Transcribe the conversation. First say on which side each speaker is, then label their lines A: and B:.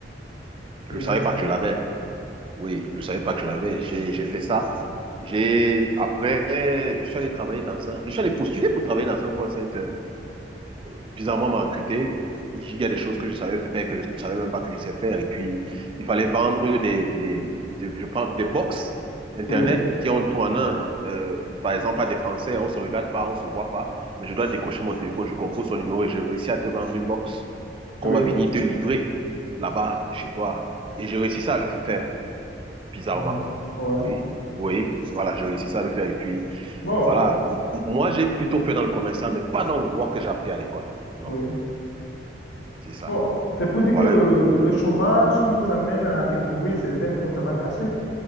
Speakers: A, on the left; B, on the right.
A: Oui,
B: je ne savais
A: là,
B: pas que je l'avais. Oui, je ne savais pas que je l'avais. J'ai, j'ai fait ça. J'ai, après, je suis allé travailler dans un, je suis allé postuler pour travailler dans un call center. bizarrement m'a recruté. Il y a des choses que je savais faire, que je ne savais même pas que je sais faire. Et puis, il fallait vendre des, des, des je parle, des box Internet
A: oui,
B: qui ont tout en un. Euh, par exemple, à des Français, on ne se regarde pas, on ne se voit pas. Mais je dois décocher mon téléphone, je compose son numéro et j'ai réussi à te vendre une box qu'on
A: oui.
B: va venir te livrer là-bas, chez toi. Et j'ai réussi ça à le faire, bizarrement.
A: Là, ouais.
B: Oui. Oui, voilà, j'ai réussi ça à le faire. Et puis,
A: Bon,
B: voilà, moi, j'ai plutôt fait dans le commerce, mais pas dans le droit que j'ai appris à l'école. Non,
A: oui.
B: c'est ça.
A: Bon, c'est pour
B: Donc
A: dire
B: voilà
A: que le,
B: un peu. mon-
A: le chômage nous amène à découvrir certains de nos talents cachés.